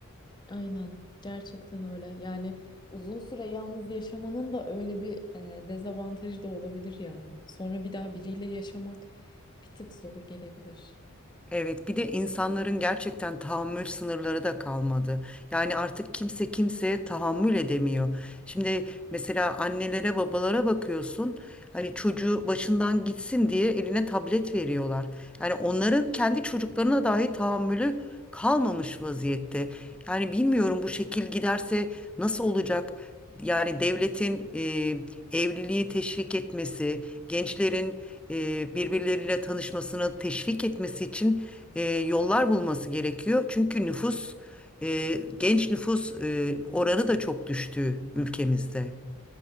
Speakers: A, on the left; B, in the centre.
A: Aynen. Gerçekten öyle. Yani uzun süre yalnız yaşamanın da öyle bir e, dezavantajı da olabilir ya. Sonra bir daha biriyle yaşamak bir tık zor gelebilir.
B: Evet, bir de insanların gerçekten tahammül sınırları da kalmadı. Yani artık kimse kimseye tahammül edemiyor. Şimdi mesela annelere, babalara bakıyorsun. Hani çocuğu başından gitsin diye eline tablet veriyorlar. Yani onların kendi çocuklarına dahi tahammülü kalmamış vaziyette. Yani bilmiyorum bu şekil giderse nasıl olacak? Yani devletin e, evliliği teşvik etmesi, gençlerin e, birbirleriyle tanışmasını teşvik etmesi için e, yollar bulması gerekiyor. Çünkü nüfus, e, genç nüfus e, oranı da çok düştü ülkemizde.